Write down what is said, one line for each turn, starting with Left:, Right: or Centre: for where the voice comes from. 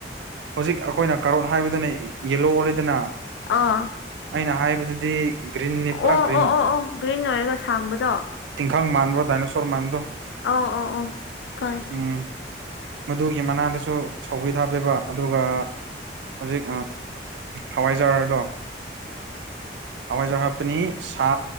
Right: ꯍꯧꯖꯤꯛ ꯑꯩꯈꯣꯏꯅ ꯀꯥꯔꯣꯠ ꯍꯥꯏꯕꯗꯨꯅ ꯌꯦꯂꯣ ꯑꯣꯜꯂꯗꯅ
Left: ꯑꯥ
Right: ꯑꯩꯅ ꯍꯥꯏꯕꯗꯨꯗꯤ ꯒ꯭ꯔꯤꯟꯅꯤ ꯄꯨꯔꯥ
Left: ꯑꯣ
Right: ꯒ꯭ꯔꯤꯟ
Left: ꯑꯣ ꯑꯣ ꯑꯣ ꯒ꯭ꯔꯤꯟ ꯑꯣꯏꯔꯒ ꯁꯥꯡꯕꯗꯣ
Right: ꯇꯤꯡꯈꯥꯡ ꯃꯥꯟꯕꯣ ꯗꯥꯏꯅꯣꯁꯣꯔ ꯃꯥꯟꯕꯗꯣ
Left: ꯑꯣ ꯑꯣ ꯑꯣ ꯈꯪꯉꯦ
Right: ꯎꯝ ꯃꯗꯨꯒꯤ ꯃꯅꯥꯗꯨꯁꯨ ꯁꯧꯒ꯭ꯔꯤꯗ ꯍꯥꯞꯄꯦꯕ ꯑꯗꯨꯒ ꯍꯧꯖꯤꯛ ꯍꯋꯥꯏꯖꯥꯔꯗꯣ ꯍꯋꯥꯏꯖꯔ ꯍꯥꯞꯄꯅꯤ ꯁꯥ